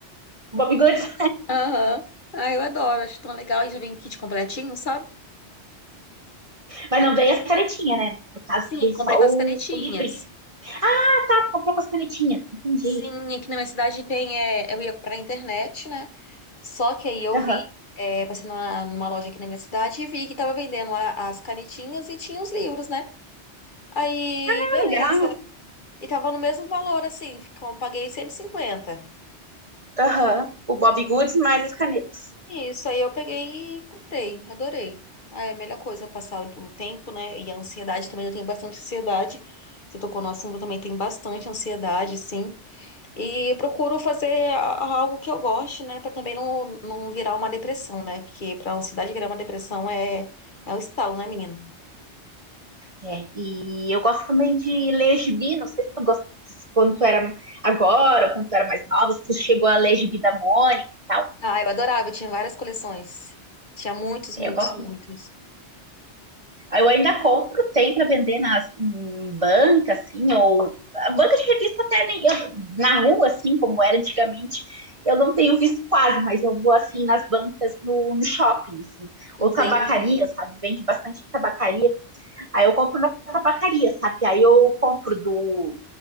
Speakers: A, on the right; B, on the left.
A: O Bob Goods,
B: Aham. Ah, eu adoro, acho tão legal. E já vem kit completinho, sabe?
A: mas não veio as canetinhas, né? No caso,
B: Sim,
A: veio
B: comprei
A: só
B: com
A: o,
B: as canetinhas.
A: o livrinho. Ah, tá, tu comprou com as canetinhas. Entendi.
B: Sim, aqui na minha cidade tem. é, eu ia comprar na internet, né? Só que aí eu
A: Aham.
B: vi, é, passei numa, numa loja aqui na minha cidade e vi que tava vendendo a- as canetinhas e tinha os livros, né? Aí,
A: Ah,
B: beleza.
A: Legal.
B: E tava no mesmo valor, assim, ficou- paguei cento e cinquenta
A: Aham. O Bob Goods mais as canetas.
B: Isso, aí eu peguei e comprei, adorei. Ah, É a melhor coisa, passar o o tempo, né? E a ansiedade também, eu tenho bastante ansiedade. Você tocou no assunto, eu também tenho bastante ansiedade, sim. E procuro fazer a- algo que eu goste, né? Pra também não, não virar uma depressão, né? Porque pra ansiedade virar uma depressão é, é um estalo, né, menina?
A: É, e eu gosto também de ler gibi, não sei se tu gosta, se quando tu era agora, ou quando tu era mais nova, se tu chegou a ler gibi da Mônica e tal.
B: Ah, eu adorava, eu tinha várias coleções. Tinha muitos,
A: É,
B: muitos,
A: Eu gosto
B: muitos.
A: Eu ainda compro, tem para vender nas, em banca, assim, ou a banca de revista até nem, na rua, assim, como era antigamente, eu não tenho visto quase, mas eu vou assim nas bancas no, no shopping, assim,
B: Entendi.
A: ou tabacaria, sabe? Vende bastante tabacaria. Aí eu compro na tabacaria, sabe? Aí eu compro do